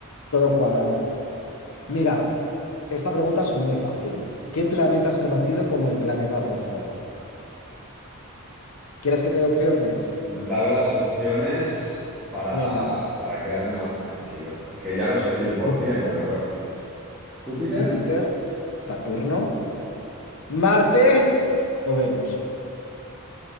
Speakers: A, on the left; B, in the centre.
A: todo cuadra. Mira, esta pregunta es muy fácil. ¿Qué planeta es conocido como el planeta rojo? ¿Quieres que te dé opciones?
B: Dame las opciones para,
A: Venga.
B: para quedarme más tranquilo. Que ya lo sé 100%,
A: Júpiter,
B: pero bueno. ¿Júpiter?
A: Júpiter, Saturno, Marte o Venus.